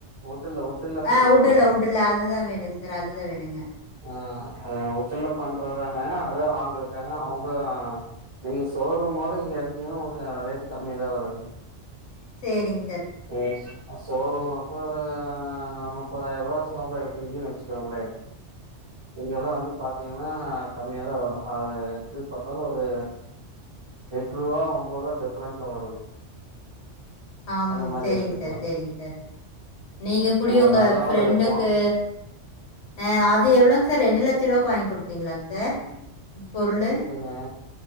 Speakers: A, on the right (about 25°); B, on the left (about 75°).
A: உட்டுல உட்டுல பண்ணி
B: ஆ உட்டுல
A: தருவாங்க
B: உட்டுல அதுதா வேணுங் சார் அதுதா வேணுங்க
A: ஆ உட்டுல பண்றதாங்க அது ஆள் இருக்காங்க அவுங்க நீங்க ஷோரூமோட இங்க எடுத்தீங்கன்னா உங்களுக்கான ரேட்டு கம்மியா தா வருங்க
B: சேரிங்
A: நீங்க ஷோரூம்ல ப்ப ஒரு ஆ முப்பதாயிரூபா ஷோபா எடுக்றீங்கன் வச்சுக்கோங்ளே இங்கெல்லா வந்து பாத்தீங்கன்னா கம்மியாதா வரு அத எப்டி பாத்தாலு ஒரு எட்ரூவா ஒம்போரூவா டிஃப்ரென்ட்ல வருங்க
B: ஆம்
A: அந்த மாரி
B: சேரிங்
A: எடுத்துக்கலா
B: சார் சேரிங் சார் நீங்க கூடி
A: உங்களுக்கு
B: உங்க
A: நல்லாவு
B: ஃப்ரெண்டுக்கு
A: இருக்கு
B: ஆ அது எவ்ளோங் சார் ரெண்டு லட்ச ரூவாக்கு வாய்ன் குடுத்தீங்ளாங் சார் பொர்ளு
A: எதுங்க